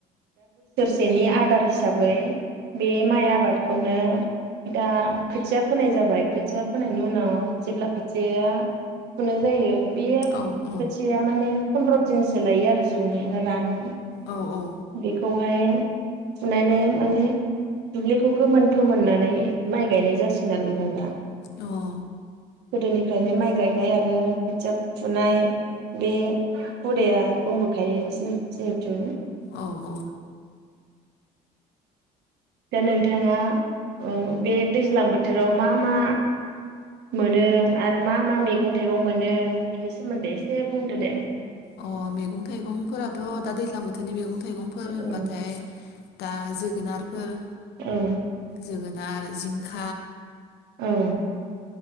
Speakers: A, on the right; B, on the left.
A: सेनि आदार हिसाबै बे माइ आबादखौनो दा खोथिया फोनाय जाबाय खोथिया फोनाय बिनि उनाव जेब्ला खोथिया फुनो जायो बे खोथिया
B: औ औ
A: माने फन्द्र दिनस सोलायो आरो ज'नो रानो
B: औ औ
A: बेखौहाय फुनानै माने दुब्लिखौ गोमोन फोमोननानै माइ गायनाय जासिगोन आरो बेवहाय दा
B: औ
A: गोदोनिफ्रायनो माइ गायनाय आरो खोथिया फुनाय बे हुदाया दंबोखायो जि जिहेथु
B: औ औ
A: दा नोंथाङा अ बे दैज्लां बोथोराव मा मा मोनो आरो मा मा मैगं थाइगं मोनो बेनि सोमोन्दै एसे बुंदो दे।
B: अ मैगं थाइगंफोराथ दा दैज्लां बोथोरनि मैगं थायगंफोर
A: औ
B: होनबाथाय दा जोगोनारफोर
A: औ
B: जोगोनार जिंखा
A: औ।